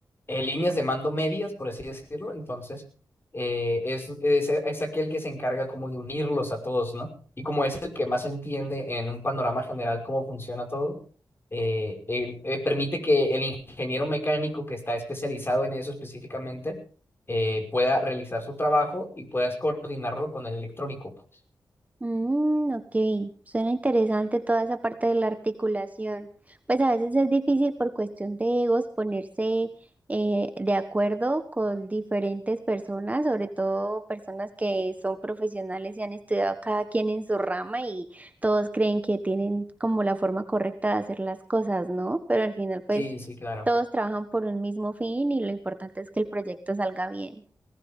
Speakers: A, on the left (about 30°); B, on the right (about 20°).
A: eh, líneas de mando medias, por así decirlo. Entonces, eh, es, es, es aquel que se encarga como de unirlos a todos, ¿no? Y como es el que más entiende en un panorama general cómo funciona todo, eh, él- eh, permite que el ingeniero mecánico que está especializado en eso específicamente eh, pueda realizar su trabajo y puedas coordinarlo con el electrónico, pues.
B: Mm, ok, suena interesante toda esa parte de la articulación. Pues a veces es difícil por cuestión de egos ponerse eh, de acuerdo con diferentes personas, sobre todo personas que son profesionales y han estudiado cada quien en su rama y todos creen que tienen como la forma correcta de hacer las cosas, ¿no? Pero al final pues
A: Sí, sí, claro.
B: todos trabajan por un mismo fin y lo importante es que el proyecto salga bien.